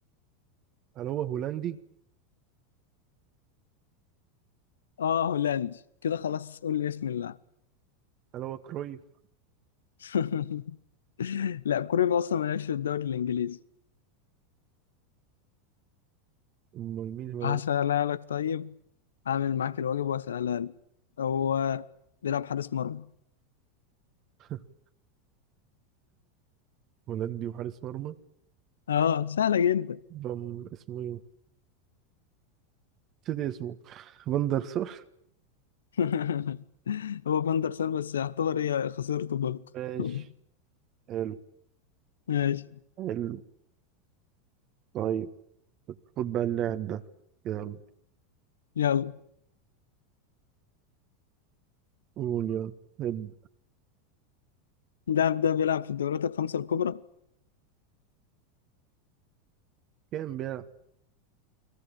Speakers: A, on the right (about 40°); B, on the left (about 75°).
A: هل هو هولندي؟
B: آه هولندي كده خلاص قول لي اسم اللاعب
A: هل هو كرويف؟
B: <laughs> لا كوريا اصلا مالهاش في الدوري الانجليزي
A: أمال مين هولندي؟
B: هسألها لك طيب هعمل معاك الواجب وهسألها لك هو بيلعب حارس مرمى
A: <laughs> هولندي وحارس مرمى
B: اه سهلة جدا
A: بام اسمه ايه؟ نسيت اسمه <laughs> فاندر سور
B: <laughs> هو فاندر سار بس يعتبر هي خسرته برضه
A: ماشي
B: <laughs>
A: حلو
B: ماشي
A: حلو طيب خد بقى اللاعب ده يلا
B: يلا
A: قول يلا ابدأ
B: اللاعب ده بيلعب في الدوريات الخمسة الكبرى
A: كام بيلعب؟